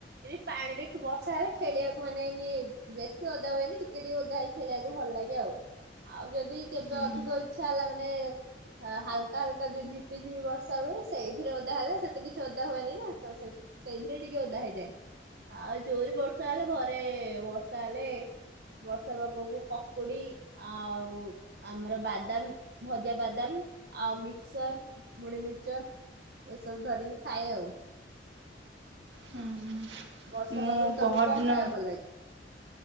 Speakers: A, on the right (about 60°); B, on the right (about 85°).
A: ଏନ ପାଣିରେ ବର୍ଷା ହେଲା ଖେଳିବାକୁ। ମାନେ ଏଇ ବେଶୀ ଓଦା ହୁଏନି ଟିକେ ଟିକେ ଓଦା ହେଇ ଖେଳିବାକୁ ଭଲ ଲାଗେ ଆଉ। ଆଉ ଯଦି କେବେ
B: ହୁଁ
A: ଅଧିକ ଇଚ୍ଛା ହେଲା ମାନେ ହ ହାଲକା ହାଲକା ଯୋଉ ଝିପିଝିପି ବର୍ଷା ହୁଏ ସେଇଥିରେ ଓଦା ହେଲା ସେତେ କିଛି ଓଦା ହୁଏନି ନା। ସେଇଥିରେ ଟିକେ ଅଦା ହେଇଯାଏ। ଆଉ ଜୋରରେ ବର୍ଷା ହେଲେ ଘରେ ବର୍ଷା ହେଲେ ବର୍ଷା ପାଗକୁ ପକୁଡ଼ି ଆଉ ଆମର ବାଦାମ ଭଜା ବାଦାମ ଆଉ ମିକ୍ସଚର ମୁଢ଼ି ମିକ୍ସଚର। ଏସବୁ ଧରିକି ଖାଏ ଆଉ।
B: ହୁଁ
A: ବର୍ଷା
B: ମୁଁ
A: ପାଗକୁ ତମକୁ
B: ପହର
A: କଣ
B: ଦିନ
A: ଖାଇବାକୁ ଭଲ ଲାଗେ?